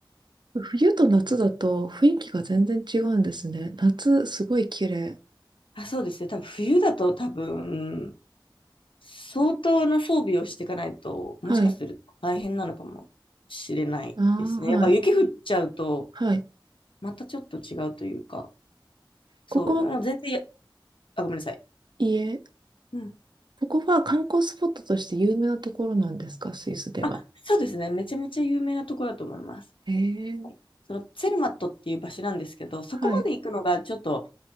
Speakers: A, on the right (about 60°); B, on the left (about 80°).
A: うん。冬と夏だと雰囲気が全然違うんですね。夏、すごい綺麗。
B: あ、そうですね。多分冬だと多分、相当な装備をしていかないと、もしかすると大変なのかもしれないですね。
A: はい。ああ、
B: やっぱ雪降っちゃうと、
A: はい。はい。
B: またちょっと違うというか、そう、
A: ここは、
B: もう全然や、あ、ごめんなさい。
A: 家
B: うん、
A: ここは観光スポットとして有名なところなんですか、スイスでは。
B: あ、そうですね。めちゃめちゃ有名なところだと思います。
A: へえ。
B: はいそのツェルマットっていう場所なんですけど、そこまで行くのがちょっと
A: はい。